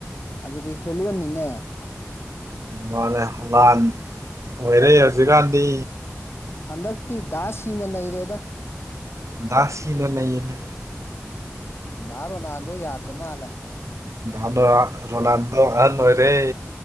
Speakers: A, on the left (about 55°); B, on the right (about 85°).
A: ꯑꯗꯨꯗꯤ ꯍꯦꯂꯅꯤꯅꯦ
B: ꯃꯥꯅꯦ ꯂꯥꯟ ꯑꯣꯏꯔꯦ ꯍꯧꯖꯤꯛꯀꯥꯟꯗꯤ
A: ꯍꯟꯗꯛ ꯇꯤ ꯗꯥꯁ ꯁꯤ ꯅ ꯅꯩꯔꯦꯗ
B: ꯗꯥꯁꯁꯤꯅ ꯂꯩꯌꯦꯅꯦ
A: ꯗꯥ ꯔꯣꯟꯥꯜꯗꯣ ꯌꯥꯗ꯭ꯔ ꯃꯥꯂꯦ
B: ꯎ ꯔꯣ ꯔꯣꯅꯥꯜꯗꯣ ꯑ ꯑꯣꯏꯔꯦ